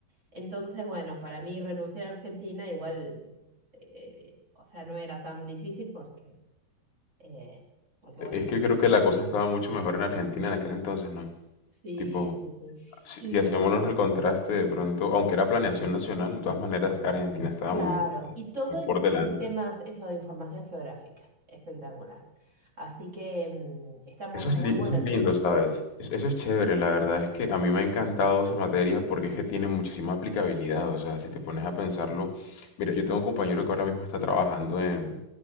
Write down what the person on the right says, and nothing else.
Entonces, bueno, para mí renunciar a Argentina igual, eh, o sea, no era tan difícil porque, eh, porque bueno,
sí,
sí, sí.
Y
claro,
y todo
en,
en sistemas, eso de información geográfica, espectacular. Así que mm, está muy,
muy
bueno
el
tema.